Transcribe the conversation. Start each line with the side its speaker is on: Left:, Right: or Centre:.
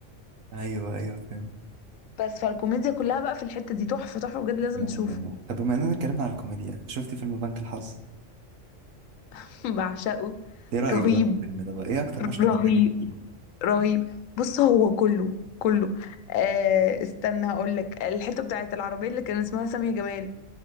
Right: ايوه ايوه فاهم
Left: بس فالكوميديا كلها بقى في الحته دي تحفه تحفه بجد لازم
Right: لا
Left: تشوفه
Right: ما شاء الله طب بما اننا اتكلمنا على الكوميديا شفت فيلم بنك الحظ
Left: <laughs> بعشقه
Right: ايه رايك
Left: رهيب
Right: بقى في الفيلم ده بقى ايه اكتر مشهد
Left: رهيب
Right: ضحكك فيه
Left: رهيب بص هو كله كله آه استنى هقول لك الحته بتاعت العربيه اللي كان اسمها سامية جمال